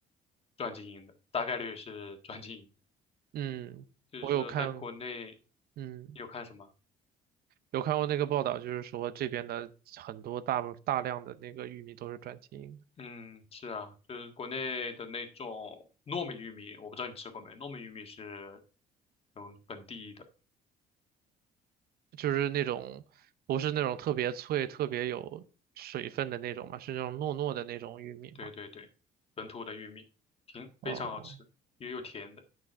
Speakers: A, on the left; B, on the right.
A: 转基因的，大概率是转基因。
B: 嗯，
A: 就是说在国内
B: 我有看，嗯，
A: 你有看什么？
B: 有看过那个报道，就是说这边的很多大大量的那个玉米都是转基因的
A: 嗯，是啊，就是国内的那种糯米玉米，我不知道你吃过没？糯米玉米是嗯本地的，
B: 就是那种不是那种特别脆、特别有水分的那种嘛，是那种糯糯的那种玉米嘛。
A: 对对对，本土的玉米，挺非常好吃，
B: 哦，
A: 也有甜的。